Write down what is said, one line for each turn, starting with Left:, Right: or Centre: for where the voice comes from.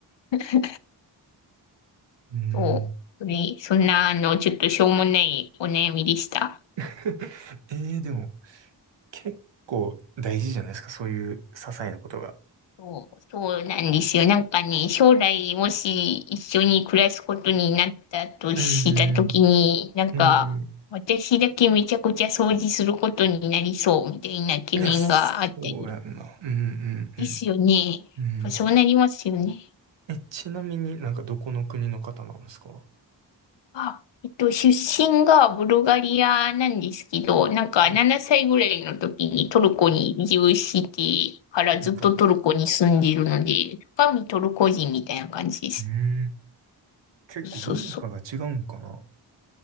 Left: う。
Right: うん。
Left: そう。でそんな、あの、ちょっとしょうもないお悩みでした。
Right: <laughs> えー、でも結構大事じゃないですか、そういう些細なことが。
Left: そう、そうなんですよ。なんかね、将来もし一緒に暮らすことになったとしたときに、
Right: うんうん。
Left: なんか、
Right: うんうん
Left: 私だけめちゃくちゃ掃除することになりそうみたいな懸念があったり
Right: いや、<laughs> そうやんな。うんうん
Left: ですよね。やっぱそうなりますよね。
Right: うん。うん。え、ちなみになんかどこの国の方なんですか
Left: あ、えっと、出身がブルガリアなんですけど、なんか7歳ぐらいの時にトルコに移住し
Right: うん
Left: てからずっとトルコに住んでいるので、
Right: はいはい。
Left: 中身トルコ人みたいな感じです。
Right: うん。結構文化が違うんかな
Left: そうそう。